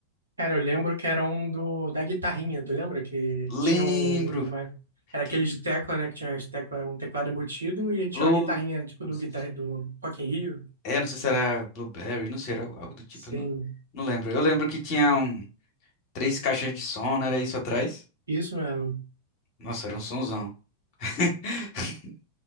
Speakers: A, on the right; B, on the left.
A: Cara, eu lembro que era um do, da guitarrinha, tu lembra? Que
B: Lembro.
A: tinha um- uma. Era
B: Que
A: aquele de tecla, né? Que tinha as tecla, um teclado embutido e ele tinha
B: Blue.
A: uma guitarrinha, tipo do,
B: não sei
A: guitar,
B: se-
A: do Rock in Rio.
B: É, não sei se era Blueberry, não sei, era algo algo do tipo,
A: Sim,
B: eu não, não lembro. Eu lembro que tinha um, três caixas de som, não era isso atrás?
A: isso mesmo.
B: Nossa, era um sonzão. <laughs>